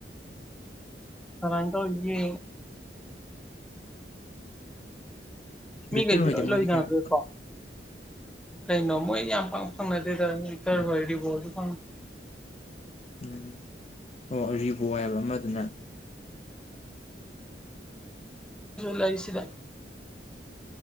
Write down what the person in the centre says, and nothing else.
ꯔꯥꯡꯒꯥ ꯑꯣꯏꯦ ꯃꯤ
ꯀꯩ ꯄ
ꯂ
ꯂꯣꯏꯗꯈ꯭ꯔꯦꯀꯣ
ꯀꯩꯅꯩꯅꯣꯃꯣꯏ ꯌꯥꯝ ꯐꯪ ꯐꯪꯅꯗꯦꯗ ꯏꯇꯔ ꯑꯣꯏꯗꯤꯣꯁꯨ ꯐꯪꯗ
ꯎꯝꯁꯤꯔ